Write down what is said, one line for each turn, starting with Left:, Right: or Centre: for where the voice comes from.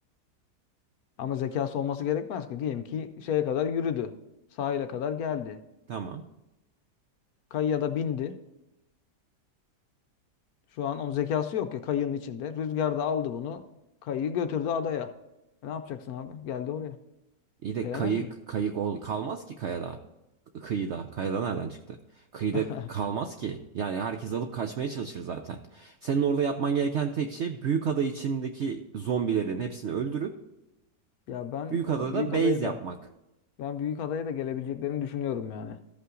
Left: Ama zekası olması gerekmez ki. Diyelim ki şeye kadar yürüdü. Sahile kadar geldi.
Right: Tamam.
Left: Kayıya da bindi. Şu an onun zekası yok ya kayığın içinde. Rüzgar da aldı bunu. Kayığı götürdü adaya. E Ne yapacaksın abi? Geldi oraya.
Right: İyi de
Left: Gelemez
Right: kayık
Left: mi?
Right: kayık ol kalmaz ki kayada. Kı- Kıyıda. Kayada nereden çıktı? Kıyıda
Left: <laughs>
Right: kalmaz ki. Yani herkes alıp kaçmaya çalışır zaten. Senin orada yapman gereken tek şey büyük ada içindeki zombilerin hepsini öldürüp
Left: Ya ben
Right: büyük adada
Left: büyük
Right: base
Left: adaya da
Right: yapmak.
Left: ben büyük adaya da gelebileceklerini düşünüyorum yani